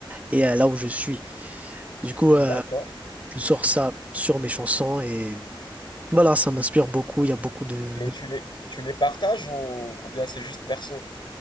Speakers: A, on the right; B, on the left.
A: et euh, là où je suis. Du coup,
B: D'accord.
A: euh, je sors ça sur mes chansons et voilà, ça m'inspire beaucoup. Il y a beaucoup de,
B: Et
A: de
B: tu les, tu les partages ou, ou bien c'est juste perso?